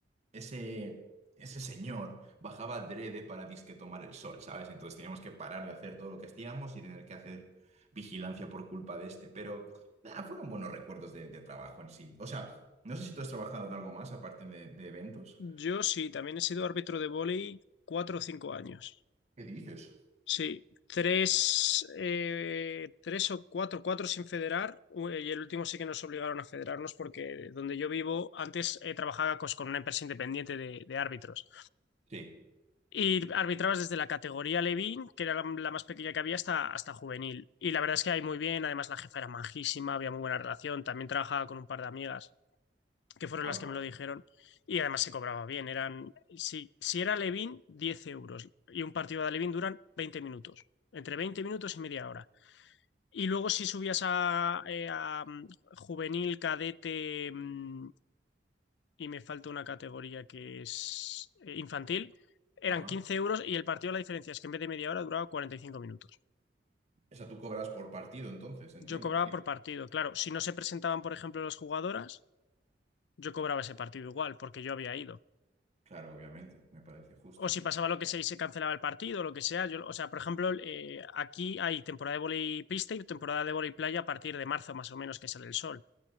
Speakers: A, on the right; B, on the left.
A: ese, ese señor bajaba adrede para disque tomar el sol, ¿sabes? Entonces teníamos que parar de hacer todo lo que hacíamos y tener que hacer vigilancia por culpa de este, pero nah, fueron buenos recuerdos de, de trabajo en sí. O sea, no sé si tú has trabajado en algo más aparte de, de eventos.
B: Yo sí, también he sido árbitro de vóley cuatro o cinco años.
A: ¿Qué dices?
B: Sí, tres, eh, tres o cuatro, cuatro sin federar, u- eh, y el último sí que nos obligaron a federarnos porque donde yo vivo, antes eh, trabajaba cos- con una empresa independiente de, de árbitros.
A: Sí.
B: Y arbitrabas desde la categoría Levín, que era la, la más pequeña que había, hasta, hasta juvenil. Y la verdad es que ahí muy bien, además la jefa era majísima, había muy buena relación, también trabajaba con un par de amigas que fueron
A: Ah,
B: las que
A: pues,
B: me lo dijeron. Y además se cobraba bien. Eran, si, si era Levin, 10 euros. Y un partido de Levin duran 20 minutos. Entre 20 minutos y media hora. Y luego si subías a, eh, a, um, juvenil, cadete mm, y me falta una categoría que es eh, infantil, eran
A: ajá.
B: 15 euros y el partido la diferencia es que en vez de media hora duraba 45 minutos.
A: O sea, tú cobras por partido, entonces, entiendo.
B: Yo cobraba
A: Y-
B: por partido. Claro, si no se presentaban, por ejemplo, las jugadoras, yo cobraba ese partido igual porque yo había ido.
A: claro, obviamente, me parece justo.
B: O si pasaba lo que sea y se cancelaba el partido, lo que sea. Yo, o sea, por ejemplo, eh, aquí hay temporada de vóley pista y temporada de vóley playa a partir de marzo, más o menos, que sale el sol.